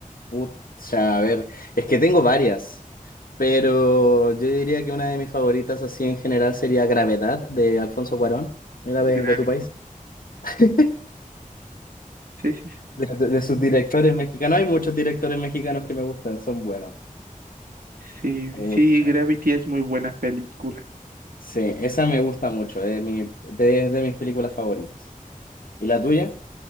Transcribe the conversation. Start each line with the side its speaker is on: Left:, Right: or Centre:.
Left: pucha, a ver, es que tengo varias, pero yo diría que una de mis favoritas así en general sería Gravedad de Alfonso Cuarón, era
Right: Gravity.
Left: de, de tu país, <laughs>
Right: Sí, sí, sí.
Left: de, de- de sus directores mexicanos. Hay muchos directores mexicanos que me gustan, son buenos.
Right: Sí,
Left: Hay muchos
Right: sí, sí,
Left: buenos.
Right: Gravity es muy buena película.
Left: Sí, esa me gusta mucho, es mi, de, de mis películas favoritas. ¿Y la tuya?